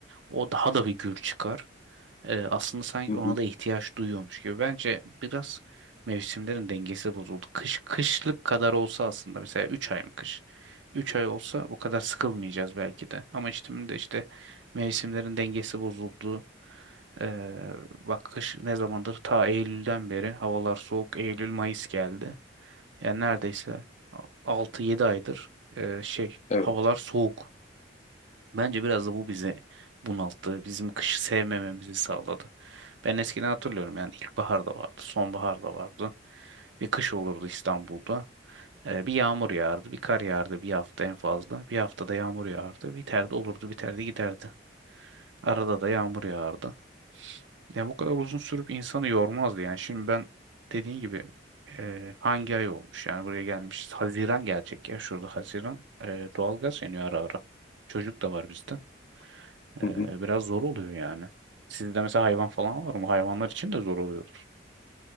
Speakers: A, on the right (about 70°); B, on the left (about 35°).
A: o daha da bir gür çıkar. E, aslında sanki
B: Hı hı,
A: ona da ihtiyaç duyuyormuş gibi. Bence biraz mevsimlerin dengesi bozuldu. Kış kışlık kadar olsa aslında mesela 3 ay mı kış? üç ay olsa bu kadar sıkılmayacağız belki de. Ama işte şimdi de işte mevsimlerin dengesi bozuldu. Ee, bak kış ne zamandır ta Eylül'den beri havalar soğuk Eylül Mayıs geldi. Yani neredeyse altı yedi aydır e, şey
B: evet.
A: havalar soğuk. Bence biraz da bu bizi bunalttı. Bizim kışı sevmememizi sağladı. Ben eskiden hatırlıyorum yani ilkbahar da vardı, sonbahar da vardı. Bir kış olurdu İstanbul'da. Ee, bir yağmur yağardı, bir kar yağardı bir hafta en fazla. Bir haftada yağmur yağardı, biterdi olurdu, biterdi giderdi. Arada da yağmur yağardı. Yani bu kadar uzun sürüp insanı yormazdı yani. Şimdi ben dediğin gibi e, hangi ay olmuş yani buraya gelmişiz. Haziran gelecek ya şurada Haziran. E, doğalgaz yanıyor ara ara. Çocuk da var bizde. E,
B: Hı hı.
A: biraz zor oluyor yani. Sizde mesela hayvan falan var mı? Hayvanlar için de zor oluyordur.